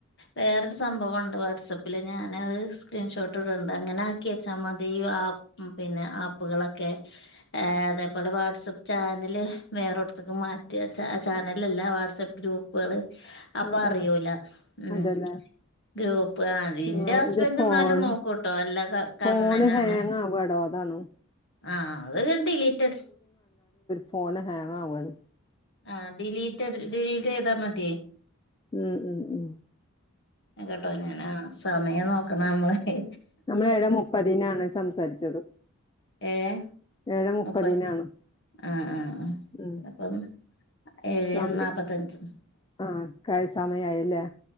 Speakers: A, on the left; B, on the left.
A: വേറൊരു സംഭവം ണ്ട് വാട്സാപ്പിൽ ഞൻത് സ്ക്രീൻഷോട്ട് ഇണ്ട് അങ്ങനെ ആക്കി വെച്ചാൽ മതി ഈ ആപ്പ് പിന്നെ ആപ്പുകളൊക്കെ അതേപോലെ വാട്സആപ്പ് ചാനല് വേറെടത്തക്ക് മാറ്റിയ ചാനലല്ല വാട്സ്ആപ്പ് ഗ്രൂപ്പ് ഗ്രപ്പുകള് അപ്പ
B: ആഹ്
A: അറിയൂല
B: ആഹ്
A: ഉ
B: അതല്ലേ
A: ഗ്രൂപ്പ് അതിറെ
B: ആഹ്
A: ഹസ്ബൻഡ
B: ഇത് ഫോൺ
A: എന്നാലും നോക്കൂട്ടോ എല്ലാ ക കണ്ണനാണ്
B: ഫോണ് ഹാങ് ആവാടോ അതാണ്
A: ആഹ അത്കണ്ട് ഡിലീറ്റ്
B: ഫോൺ ഹാങ്ങ് ആവാണ്
A: ആ ഡിലീറ്റ് ഡിലീറ്റ് ചെയ്താ മതി
B: ഉം ഉം ഉ
A: കേട്ടോ ഞാന ആ സമയം നോക്കണ നമ്മളെ
B: നമ്മൾ എവിടെ മുപ്പതിനനാണ് സംസാരിച്ചത്
A: ഏഴ്
B: ഏഴേ മുപ്പതിനാണ്
A: മുപ്പ് ആഹ ആ ആ
B: ഉം
A: അപ്പൊന്ന് ഏഴ്
B: സം
A: നാല്പത്തഞ്ച്
B: ആ കഴി സമയായല്ലേ